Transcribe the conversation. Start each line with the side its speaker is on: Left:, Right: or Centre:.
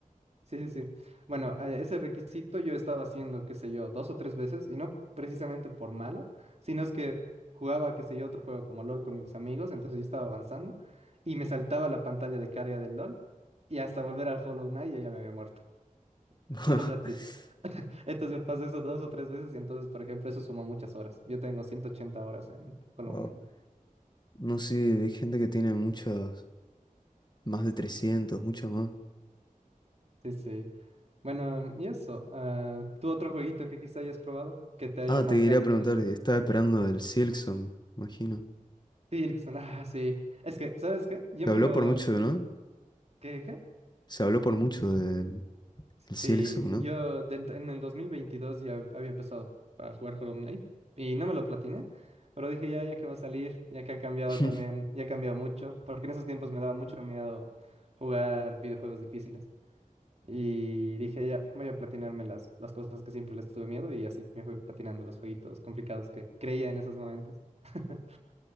Right: Sí, sí, sí. Bueno, eh, ese requisito yo estaba haciendo, qué sé yo, dos o tres veces, y no precisamente por malo, sino es que jugaba, qué sé yo, otro juego como LOL con mis amigos, entonces yo estaba avanzando y me saltaba la pantalla de carga del LOL y hasta volver al Hollow Knight yo ya me había muerto
Left: <laughs>
Right: <laughs> en un ratito. Entonces me pasó eso dos o tres veces y entonces, por ejemplo, eso sumó muchas horas. Yo tengo 180 horas en Hollow
Left: Wow.
Right: Knight.
Left: No sé, hay gente que tiene muchas, más de 300 muchas más.
Right: Sí, sí. Bueno, y eso, ah, ¿tú otro jueguito que quizá hayas probado, que te haya
Left: Ah,
Right: marcado
Left: te quería preguntar,
Right: incluso?
Left: y estaba esperando el Silksong, imagino.
Right: Sí, Erickson, ah, sí. Es que, ¿sabes qué? Yo
Left: Se
Right: me
Left: habló
Right: lo...
Left: por mucho, ¿no?
Right: ¿Qué, qué?
Left: Se habló por mucho del el Silksong,
Right: Sí,
Left: ¿no?
Right: yo del- en el 2022 ya había empezado a jugar Hollow Knight y no me lo platiné, pero dije ya, ya que va a salir, ya que ha cambiado
Left: <laughs>
Right: también, ya ha cambiado mucho, porque en esos tiempos me daba mucho miedo jugar videojuegos difíciles. Y dije ya, voy a platinarme las, las cosas que siempre les tuve miedo y así me fui platinando los jueguitos complicados que creía en esos momentos. <laughs>